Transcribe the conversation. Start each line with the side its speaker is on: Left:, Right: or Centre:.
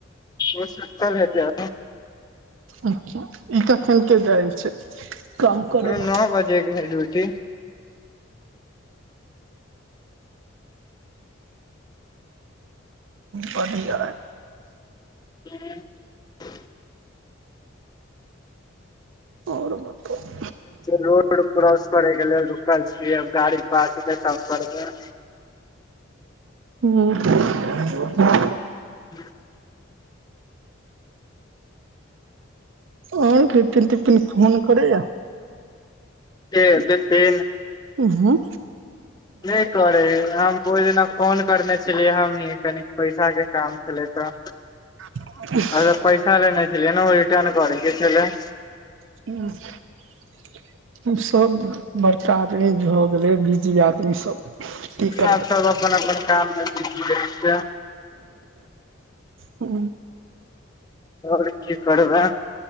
Left: ओ सुतल हेते
Right: अच्छा ई तखन के दाइल छै काम करे
Left: कहलू
Right: ला
Left: नओ बजेके है ड्यूटी
Right: बढ़िया आह
Left: <unintelligible>
Right: आओर बताउ
Left: रोड क्रॉस करे कऽ लेल रुकल छी गाड़ी पास एतय तब करबए
Right: हू
Left: <unintelligible>
Right: और बिपिन तिपिन फोन करए या
Left: के बिपिन
Right: हू
Left: नए करै हे हम ओय जेना फोन करने छलियै हमहि कनी पैसा कऽ काम छलै तऽ
Right: <unintelligible>
Left: अ पैसा लेने छलै नऽ ओ रिटर्न करो के छलय
Right: अच्छा सब बड़का आदमी भऽ गेलै बिजी आदमी सब की करबै
Left: सब तऽ अपन अपन काम मे बिजी रहिय छियै
Right: हू
Left: आओर की करबै